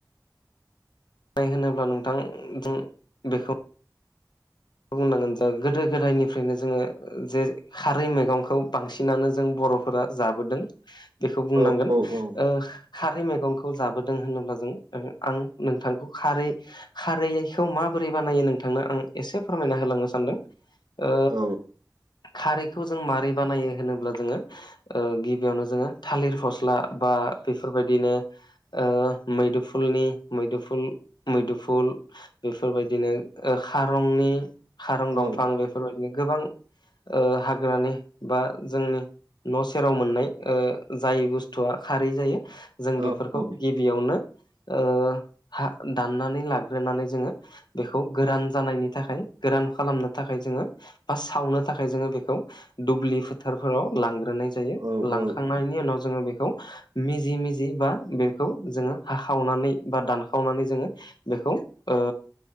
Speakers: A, on the left; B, on the right.
A: नाय होनोब्ला नोंथां जों बेखौ बुंनांगोन जा गोदो गोदायनिफ्रायनो जोङो जे खारै मैगंखौ बांसिनानो जों बर'फोरा जाबोदों बेखौ बुंनांगोन।
B: औ औ
A: ओ खारै मैगंखौ जाबोदों होनोब्ला जों ओहो आं नोंथांखौ खारै खारैखौ माबोरै बानायो नोंथांनो आं एसे फोरमायना होलांनो सानदों। ओ
B: औ
A: खारैखौ जों मारै बानायो होनोब्ला जोङो ओ गिबियावनो जोङो थालेर फस्ला बा बेफोरबायदिनो ओ मैदोफुलनि मैदोफुल मैदोफुल बेफोरबायदिनो ओ खारंनि खारं
B: औ
A: दंफां बेफोरबायदिनो गोबां ओ हाग्रानि बा जोंनि न' सेराव मोननाय ओ जाय बुस्थुआ खारै जायो। जों
B: औ
A: बेफोरखौ गिबियावनो ओ हा दाननानै लाग्रोनानै जोङो बेखौ गोरान जानायनि थाखाय गोरान खालामनो थाखाय जोङो बा सावनो थाखाय जोङो बेखौ दुब्लि फोथारफोराव लांग्रोनाय जा जायो।
B: औ
A: लांखांनायनि
B: औ
A: उनाव जोङो बेखौ मिजि मिजि बा बेखौ जोङो हाखावनानै बा दानखावनानै जोङो बेखौ ओ